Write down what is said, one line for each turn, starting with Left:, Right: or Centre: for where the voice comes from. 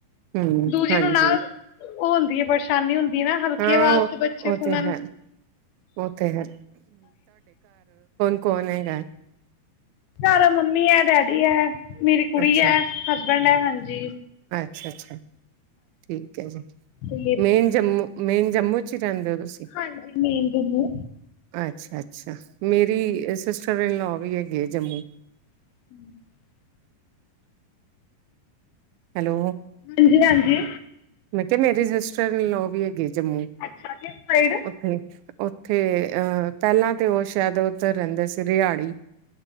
Right: ਹੂੰ
Left: ਦੂਜੇ
Right: ਹਾਂਜੀ,
Left: ਨੂੰ ਨਾਲ ਉਹ ਹੁੰਦੀ ਹੈ ਪਰੇਸ਼ਾਨੀ ਹੁੰ ਦੀ ਹੈ, ਨਾ ਹਲਕੀ
Right: ਹਾਂ
Left: ਆਵਾਜ਼
Right: ਉਹ
Left: ਤੇ ਬੱਚੇ
Right: ਉਹ
Left: ਸੁਣਨ
Right: ਤੇ ਹੈ ਉਹ ਤੇ ਹੈ ਕੋਣ ਹੈਗਾ
Left: ਘਰ ਮੰਮੀ ਐ, ਡੈਡੀ ਐ। ਮੇਰੀ ਕੁੜੀ
Right: ਅੱਛਾ
Left: ਹੈ, ਹਸਬੈਂਡ ਹੈ ਹਾਂਜੀ
Right: ਅੱਛਾ-ਅੱਛਾ, ਠੀਕ ਹੈ ਜੀ
Left: ਤੇ
Right: ਮੈਂ ਜੰਮੂ ਮੇਨ ਜੰਮੂ ਚ ਰਹਿੰਦੇ ਔ ਤੁਸੀਂ
Left: ਹਾਂਜੀ ਮੇਨ ਜੰਮੂ
Right: ਅੱਛਾ-ਅੱਛਾ ਮੇਰੀ ਸਵੇਰੇ ਨੌ ਵਜੇ ਗਏ ਜੰਮੂ
Left: <unintelligible>
Right: ਹੈਲੋ
Left: ਹਾਂਜੀ ਹਾਂਜੀ
Right: ਮੈਂ ਕਿਹਾ ਮੇਰੇ ਸਿਸਟਰ ਇਨ ਲੋਅ ਵੀ ਹੈਗੇ ਜੰਮੂ
Left: ਅੱਛਾ ਕਿਸ ਸਾਈਡ
Right: ਉੱਥੇ ਉੱਥੇ ਅਹ ਪਹਿਲਾਂ ਤੇ ਉਹ ਸ਼ਾਇਦ ਉੱਧਰ ਰਹਿੰਦੇ ਸੀ ਰਿਹਾੜੀ